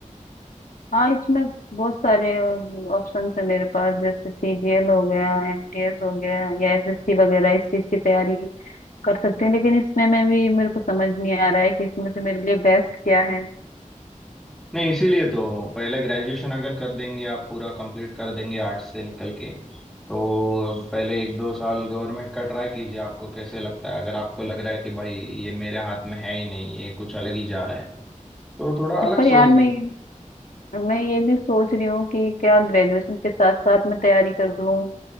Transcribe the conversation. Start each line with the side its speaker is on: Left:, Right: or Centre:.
Left: हाँ इसमें बहुत सारे ऑप्शन है मेरे पास जैसे सीजीएल हो गया एमटीएस हो गया या एसएससी वगैरह इस चीज की तैयारी कर सकते हैं लेकिन इसमें में भी मेरे को समझ नहीं आ रहा है कि इसमें से मेरे लिए बेस्ट क्या है
Centre: नहीं इसीलिए तो पहले ग्रेजुएशन अगर कर देंगे आप पूरा कंप्लीट कर देंगे आर्ट्स से निकल के तो अब पहले एक दो साल गवर्नमेंट का ट्राई कीजिए आपको कैसे लगता है अगर आपको लग रहा है कि भाई ये मेरे हाथ में है ही नहीं ये कुछ अलग ही जा रहा है तो थोड़ा अलग
Left: पर यार
Centre: सोच
Left: मैं
Centre: दीजिए
Left: मैं ये भी सोच रही हूँ कि क्या ग्रेजुएशन के साथ साथ मैं तैयारी कर लूँ